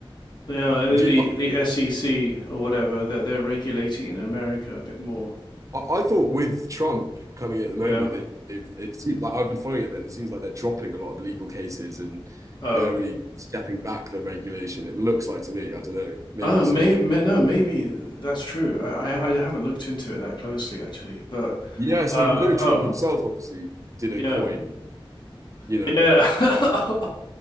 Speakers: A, on the left; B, on the right.
A: They are
B: Do
A: the
B: you,
A: the SEC or whatever. They're, they're regulating in America a bit more.
B: I, I thought with Trump coming at the moment,
A: Yeah.
B: they, they've it seems like I've been following it a bit, and it seems like they're dropping a lot of the legal cases and
A: Oh,
B: they're really stepping back the regulation. It looks like to me. I don't know. Maybe
A: Oh,
B: you've
A: may,
B: seen different.
A: may no, maybe that's true. I, I I haven't looked into it that closely actually, but
B: Yeah. So
A: uh
B: you know, Trump
A: oh
B: himself obviously did a
A: yeah
B: coin. You know.
A: yeah <laughs> oh